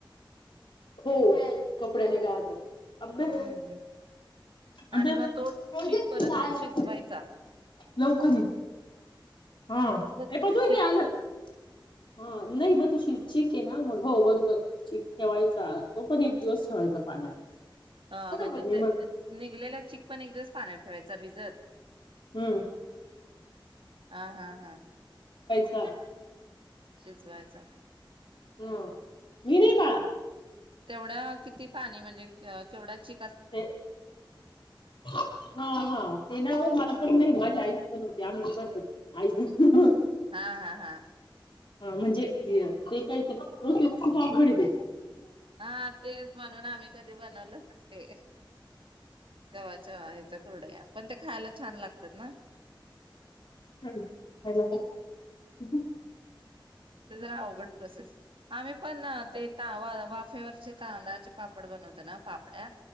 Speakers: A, on the left; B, on the right.
A: हो कपड्याने. जातसं. अभ्यास
B: हम्म
A: अभ्यास
B: आणि मग तो चीक परत शिजवायचा.
A: लवकर ये. हा
B: तर
A: ये पदू
B: चिक
A: हे आलं. हा नाही ब तु चिक आहे ना मग हो बरोबर चिक ठेवायचा तो पण एक दिवस ठेवायचा पाण्यात.
B: हा म्हणजे
A: आणि
B: ते
A: मग
B: निघलेला चिक पण एक दिवस पाण्यात ठेवायचा भिजत
A: हम्म
B: हा हा हा.
A: स.
B: शिजवायचा.
A: हम्म. विनय बाळा.
B: तेवढ्या किती पाणी म्हणजे केवढा च
A: ते हा हा ते नावर मला पण नाही माझ्या आईस पण होती आम्ही पण होती आय
B: हा हा हा
A: म्हणजे ते काय ते रो खूारघड
B: हा तेच म्हणून आम्ही कधी बनवलं ते गव्हाच्या ह्याचा करडया पण ते खायला छान लागतात ना
A: ला हम्म
B: जरा अवघड प्रोसेस आम्ही पण ते त वाफेवरचे तांदळाचे पापड बनवतो ना पापड्या